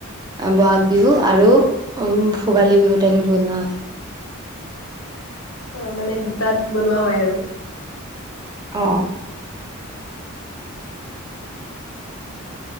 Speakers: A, on the right; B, on the left.
A: বহাগ বিহু আৰু ভোগালী বিহু টাইমত বনোৱা হয়।
B: অঁ মানে দুটাত বনোৱা হয় আৰু।
A: অঁ।